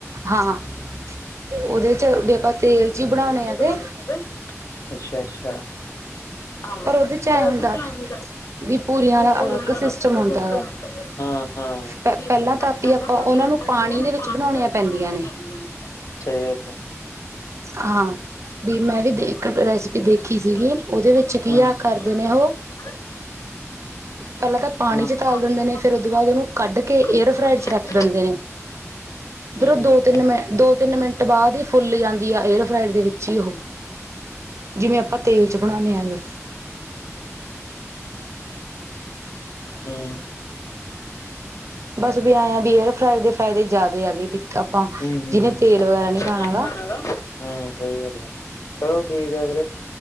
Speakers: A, on the right (about 65°); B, on the left (about 75°).
A: ਹਾਂ ਉਹਦੇ ਚ ਆਪਾਂ ਤੇਲ ਚ ਈ ਬਣਾਉਣੇ
B: ਜੀ
A: ਆ
B: ਬਣਾਉਣਾ
A: ਗੇਂ।
B: ਹੈਗਾ। ਅੱਛਾ ਅੱਛਾ, ਹਾਂ
A: ਉਹਦੇ ਚ ਐ
B: ਪਰ
A: ਹੁੰਦਾ
B: ਓਦੇ ਚ ਆਣ ਦਾ
A: ਵੀ ਪੂਰੀਆਂ
B: ਰਿਪੂ
A: ਦਾ ਅਲੱਗ
B: ਰਾਣਾ ਅਲਗ
A: ਹੁੰਦਾ
B: ਸਿਸਟਮ
A: ਗਾ।
B: ਐ <unintelligible>
A: ਪਹਿਲਾਂ
B: ਵੀ ਪੈਲਾਂ
A: ਤਾਂ ਵੀ ਆਪਾਂ
B: ਤਾਂ
A: ਉਹਨਾਂ
B: ਐਨਾ ਨੂੰ ਪਾਣੀ
A: ਬਣਾਉਣੀਆਂ
B: ਦੇ ਵਿੱਚ
A: ਪੈਂਦੀਆਂ
B: ਬਣੋਣੀਆਂ
A: ਨੇ
B: ਪੈੰਦੀਆਂ ਏ।
A: ਹਾਂ। ਬੀ ਮੈਂ ਵੀ
B: ਤੇ
A: ਦੇ ਇੱਕ
B: ਮੈਂ
A: ਇੱਕ ਰੈਸਿਪੀ
B: ਵੀ ਰੈਸਪੀ
A: ਦੇਖੀ ਸੀਗੀ,
B: ਸੀ
A: ਓਹਦੇ
B: ਉਹਦੇ
A: ਵਿੱਚ ਪੀ ਆ ਕਰਦੇ
B: ਕੀ
A: ਨੇ ਓਹ।
B: ਨੇ ਨਾ
A: ਪੈਲਾਂ ਤਾਂ ਪਾਣੀ
B: ਇਹਨਾਂ
A: ਚ
B: ਨੂੰ
A: ਤਲ ਦਿੰਦੇ
B: ਚ
A: ਨੇ
B: ਪਾ
A: ਫੇਰ ਓਦ ਓਹਨੂੰ
B: ਫਿਰ ਉਹਦੇ
A: ਕੱਢ
B: ਨਾਲ
A: ਕੇ
B: ਇਹਨਾਂ ਨੂੰ ਕੱਢ
A: ਏਅਰ- ਫਰਾਈਡ ਚ ਰੱਖ ਦਿੰਦੇ ਨੇ।
B: ਕੇ
A: ਫੇਰ ਓਹ ਦੋ-ਤਿੰਨ
B: ਹੂੰ,
A: ਮਿੰ ਦੋ-ਤਿੰਨ ਮਿੰਟ ਬਾਦ ਈ ਫੁੱਲ ਜਾਂਦੀ ਆ ਏਅਰ -ਫਰਾਈਡ ਦੇ ਵਿੱਚ ਹੀ ਓਹ। ਜਿਵੇਂ ਆਪਾਂ ਤੇਲ ਚ ਬਣਾਣੇ ਹੇਗੇ।
B: ਹੂੰ।
A: ਬਸ ਵੀ ਐਏ ਆ ਬੀ ਏਅਰ- ਫਰਾਈ ਦੇ ਫੈਦੇ ਜਾਦੇ ਆਗਏ, ਬੀ ਆਪਾਂ
B: ਹੂੰ, ਹੂੰ।
A: ਜਿਨੇ ਤੇਲ ਵਗੈਰਾ ਨੀ ਖਾਣਾ ਹੈਗਾ
B: ਗਾਣਾ ਗਾ। ਹੂੰ, ਸਹੀ ਗੱਲ ਐ, ਚਲੋ ਠੀਕ ਆ ਵੀਰੇ।